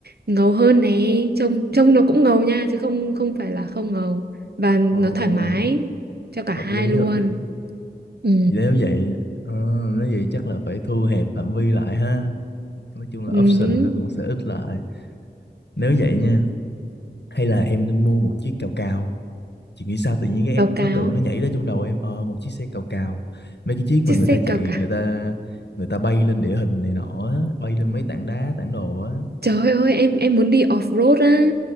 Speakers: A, on the right; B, on the left.
A: ngầu hơn nè trông trông nó cũng ngầu nha chứ không không phải là không ngầu và nó
B: Ồ,
A: thoải mái cho cả hai
B: hợp lý
A: luôn
B: hợp lý.
A: ừ.
B: Nếu vậy ờ, nếu vậy chắc là phải thu hẹp phạm vi lại ha. Nói chung là
A: uh
B: option nó cũng sẽ ít lại. Nếu vậy nha, hay là em nên mua một chiếc cào cào. Chị nghĩ sao tự nhiên cái
A: Báo
B: nó
A: cáo
B: tự
A: á.
B: nó nhảy ra trong đầu em ờ một chiếc xe cào cào. Mấy cái chiếc
A: chiếc
B: mà người
A: xe
B: ta chạy
A: cao cả
B: người ta người ta bay lên địa hình này nọ, á, bay lên mấy tảng đá, tảng đồ á.
A: Trời ơi em em muốn đi off-road á